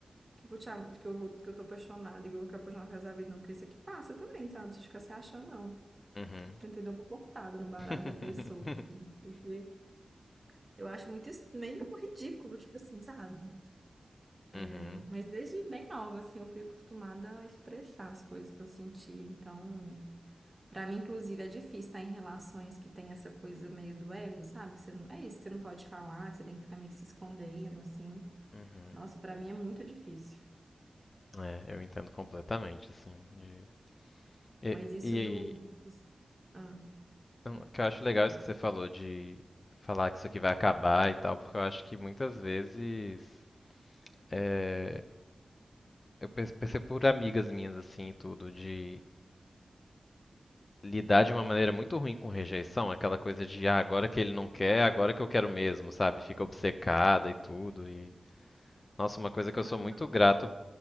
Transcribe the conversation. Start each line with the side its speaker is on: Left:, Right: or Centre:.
Right: Que eu, vou te, am- que, eu vou, que eu tô apaixonada, e que eu vou ficar apaixonada pro resto da vida, não, porque isso aqui passa também, sabe? Não precisa ficar se achando, não.
Left: uhum.
Right: Tentei dar uma cortada no barato
Left: <laughs>
Right: da pessoa, assim, porque eu acho muito es- meio ridículo, tipo assim, sabe? É,
Left: Uhum,
Right: mas desde bem nova, assim, eu fui acostumada a expressar as coisas que eu sentia. Então, pra mim, inclusive, é difícil estar em relações que tem essa coisa meio do ego, sabe? Que você não, é isso que você não pode falar, que você tem que ficar meio que se escondendo, assim.
Left: uhum.
Right: Nossa, pra mim é muito difícil.
Left: É, eu entendo completamente, assim. de- E,
Right: Mas isso
Left: e aí,
Right: do, dos- ah,
Left: eu- o que eu acho legal é isso
Right: é-
Left: que você falou de falar que isso aqui vai acabar e tal, porque eu acho que muitas vezes é, eu perce- percebo por amigas minhas, assim, e tudo, de lidar de uma maneira muito ruim com rejeição, aquela coisa de ah, agora que ele não quer, agora que eu quero mesmo, sabe? Fica obcecada e tudo. E nossa, uma coisa que eu
Right: ah,
Left: sou muito
Right: não.
Left: grato